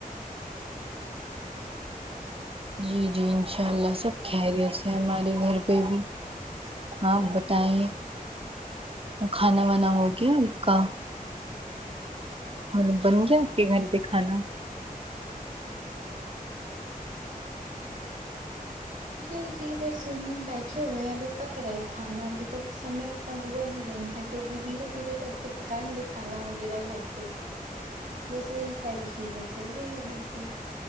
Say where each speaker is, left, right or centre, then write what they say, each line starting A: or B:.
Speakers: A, on the right; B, on the right.
A: جی جی انشاء اللہ سب کہریے ہمارے گھر پہ بھی آپ بتائیں کھانا وانا ہو گیا آپ کا مطلب بن گیا آپ کے گھر پہ کھانا
B: جی جی بس یوں ہی بیٹھے ہوئے ہیں ابھی پک رہے ہے کھانا ابھی تو سمے ہوا ہی نہیں ہے تو ابھی دھیرے دھیرے کر کے پکائیں گے کھانا وغیرہ گھر پہ ویسے یہی ساری چیزیں چل رہی ہے گھر پہ